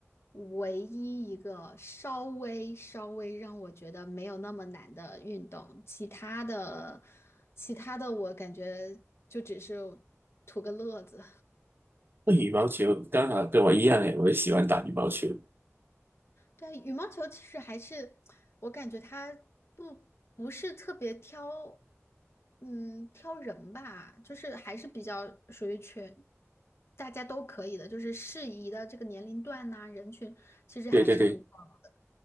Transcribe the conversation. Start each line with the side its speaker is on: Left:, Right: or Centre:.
Left: 唯一一个稍微稍微让我觉得没有那么难的运动。其他的，其他的我感觉就只是图个乐子。
Right: 羽毛球刚好跟我一样诶，我也喜欢打羽毛球。
Left: 对啊，羽毛球其实还是我感觉它不不是特别挑，嗯，挑人吧，就是还是比较属于全大家都可以的，就是适宜的这个年龄段呐、人群其实还是很广的。
Right: 对对对，